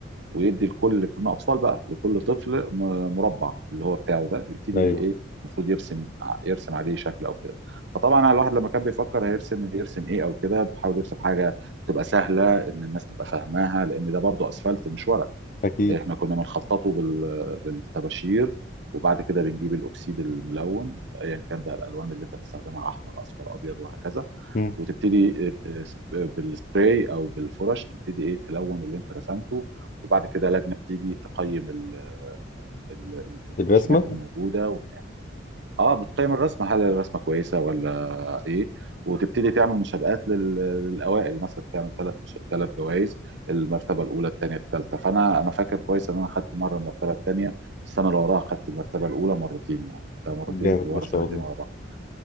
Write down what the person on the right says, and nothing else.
ويدي لكل كنا اطفال بقى لكل طفل م- مربع اللي هو بتاعه ده يبتدي
ايه المفروض يرسم ع- يرسم عليه شكل او كده فطبعا يعني الواحد لما كان بيفكر هيرسم يرسم ايه او كده بيحاول يرسم حاجه تبقى سهله ان الناس تبقى فاهماها لان ده برضو اسفلت مش ورق
احنا كنا بنخططه بال- بالطباشير وبعد كده بنجيب الاكسيد الملون ايا كان بقى الالوان اللي انت بتستخدمها احمر اصفر ابيض وهكذا
وتبتدي ت- بالسبراي او بالفرش تبتدي ايه تلون اللي انت رسمته وبعد كده لجنه بتيجي تقيم ال- ال- ال-
الرسومات اللي موجوده اه بتقيم الرسمه هل الرسمه كويسه ولا ايه وتبتدي تعمل مسابقات لل- للاوائل مثلا تعمل ثلاث مش... ثلاث جوائز المرتبه الاولى الثانيه الثالثه فانا انا فاكر كويس ان انا خدت مره المرتبه الثانيه السنه اللي وراها خدت المرتبه الاولى مرتين يعني خدتها مرتين
ورا
سنتين
ورا بعض